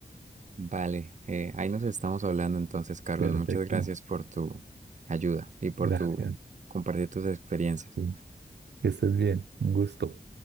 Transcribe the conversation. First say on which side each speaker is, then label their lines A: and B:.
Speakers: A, on the right (about 45°); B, on the right (about 80°).
A: Vale, eh, ahí nos estamos hablando entonces, Carlos.
B: Perfecto.
A: Muchas gracias por tu ayuda y por
B: Gracias.
A: tu compartir tus experiencias.
B: Sí, Que estés bien. Un gusto.